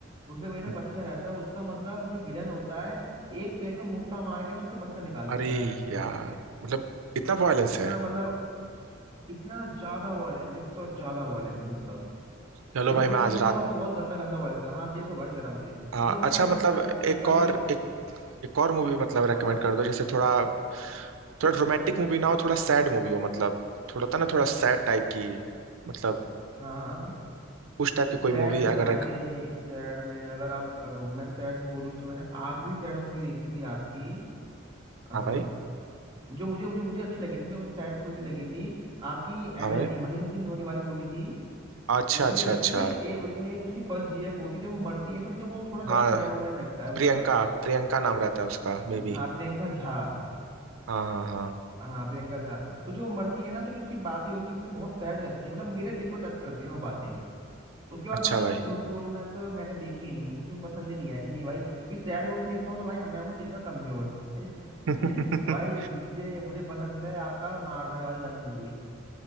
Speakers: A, on the right; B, on the right.
A: उसके पेट में
B: हम्म,
A: बच्चा रहता है उसका मतलब जो विलन होता है एक पेट में मुक्का मार के ना उसका बच्चा निकाल देता
B: अरे
A: है
B: यार मतलब इतना वायलेंस
A: इतना
B: है
A: मतलब इतना ज्यादा वॉयलेंस है तो ज्यादा वॉयलेंस है मतलब
B: चलो
A: ये
B: भाई
A: तो कुछ
B: मैं आज
A: भी नहीं
B: रात
A: है और भी बहुत गंदा गंदा वॉयलेंस है हाँ देखो भाई जरा मुझे
B: आ,
A: मुझे भाई
B: अच्छा
A: आपने
B: मतलब
A: जरा इसकी
B: एक
A: जो
B: और
A: जो
B: एक एक और मूवी मतलब रेकमेंड
A: हाँ
B: कर दो जैसे थोड़ा थोड़ा रोमांटिक मूवी ना हो थोड़ा सैड मूवी हो मतलब थोड़ा था ना थोड़ा सैड टाइप की मतलब
A: हाँ हाँ
B: उस टाइप की कोई
A: सैड
B: मूवी
A: में
B: अगर
A: भाई
B: एक
A: सैड में अगर आप अगर मैं सैड बोलूँ तो मैंने आखिरी सैड मूवी देखी थी आपकी आ,
B: हाँ भाई
A: जो मुझे मुझे मुझे अच्छी लगी थी जो मुझे सैड थोड़ी सी लगी थी आपकी
B: हाँ
A: एम
B: भाई
A: एच डी महेंद्र सिंह धोनी वाली मूवी थी
B: अच्छा
A: जिसमें
B: अच्छा
A: उसकी
B: अच्छा
A: ना एक, एक उसमें एक उसकी फर्स्ट जीएफ होती है जब वो मरती है तो मुझे वो थोड़ा ज्यादा
B: हाँ
A: सैड मोमेंट लगता है उसका
B: प्रियंका प्रियंका नाम रहता है उसका मे बी
A: हाँ प्रियंका झा
B: हाँ हाँ हाँ
A: हाँ प्रियंका झा तो जो मरती है ना तो जो उसकी बातें होती है मुझे बहुत सैड लगती है मतलब मेरे दिल को टच करती है वो बातें उसके बाद
B: अच्छा
A: तो भाई
B: भाई
A: मैं झूठ क्यों बोलूं मैंने तो मैंने देखी ही नहीं मुझे पसंद ही नहीं आया कि नहीं भाई ये सैड मूवी देखता हूँ तो भाई मैं हूँ दिल का कमजोर <laughs>
B: <laughs>
A: भाई मुझे मुझे पसंद है आपका मारधाड़ वाली ज्यादा मूवी